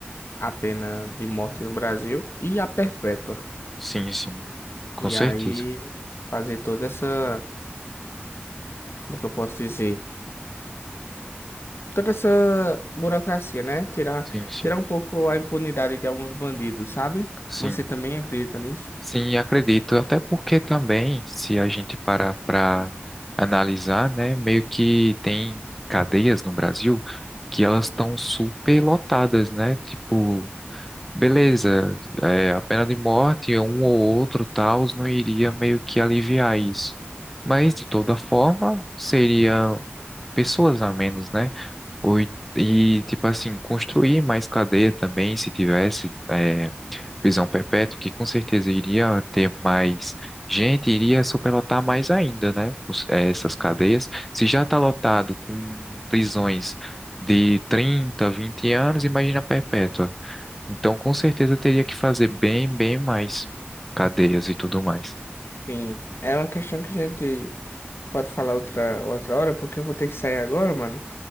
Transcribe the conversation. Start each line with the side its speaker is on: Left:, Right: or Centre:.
Left: a pena de morte no Brasil e a perpétua.
Centre: sim, sim, com
Left: E
Centre: certeza.
Left: aí fazer toda essa, como é que eu posso dizer? Toda essa burocracia, né? Tirar,
Centre: Sim, sim,
Left: tirar um pouco a impunidade de alguns bandidos, sabe?
Centre: sim.
Left: Você também acredita nisso?
Centre: Sim, acredito. Até porque também, se a gente parar para analisar, né, meio que tem cadeias no Brasil que elas estão super lotadas, né? Tipo, beleza, é, a pena de morte, um ou outro tal, não iria meio que aliviar isso. Mas, de toda forma, seria pessoas a menos, né? Ou, e, tipo assim, construir mais cadeia também, se tivesse. é, prisão perpétua, que com certeza iria ter mais gente, iria superlotar mais ainda, né? os- eh, essas cadeias. Se já está lotado com prisões de 30 20 anos, imagina a perpétua. Então, com certeza teria que fazer bem, bem mais cadeias e tudo mais.
Left: Sim, é uma questão que a gente pode falar outra, outra hora, porque eu vou ter que sair agora, mano.